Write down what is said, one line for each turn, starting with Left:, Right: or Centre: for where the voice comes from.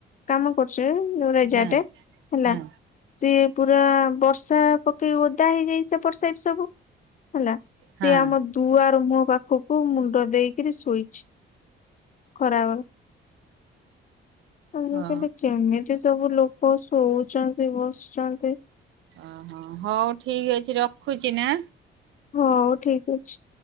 Left: କାମ କରୁଚି ରେଜାଟେ
Right: ହଁ
Left: ହେଲା।
Right: ହଁ
Left: ସିଏ ପୁରା ବର୍ଷା ପକେଇ ଓଦା ହେଇଯାଇଚି ସେପଟ ସାଇଡ ସବୁ ହେଲା।
Right: ହଁ
Left: ସିଏ ଆମ ଦୁଆର ମୁହଁ ପାଖକୁ ମୁଣ୍ଡ ଦେଇ କିରି ଶୋଇଛି ଖରା ବେଳେ। ମୁଁ
Right: ଓ
Left: କହିଲି କେମିତି ସବୁ ଲୋକ ଶୋଉଛନ୍ତି ବସିଛନ୍ତି।
Right: ଓ ହଁ ହଉ ଠିକ ଅଛି ରଖୁଛି ନା।
Left: ହଉ ଠିକ ଅଛି।